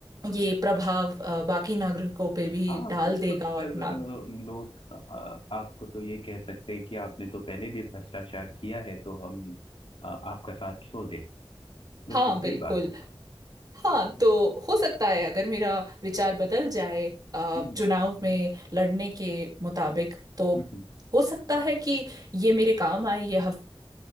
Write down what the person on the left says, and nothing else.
हाँ
बिल्कुल
फिर
अ, लोग अ, आपको तो ये कह सकते हैं कि आपने तो पहले भी भ्रष्टाचार किया है तो हम अ, आपका साथ छोड़ दें बिल्कुल
सही
बात है
हम्म,
हम्म,
हम्म,